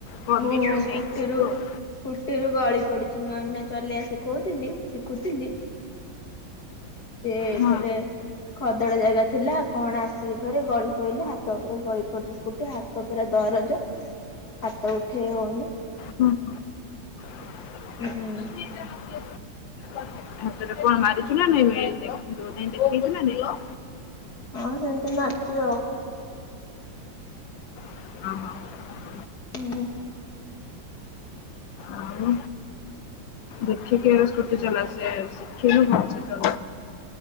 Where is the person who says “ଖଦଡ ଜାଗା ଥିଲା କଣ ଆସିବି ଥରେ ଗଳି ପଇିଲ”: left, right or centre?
Left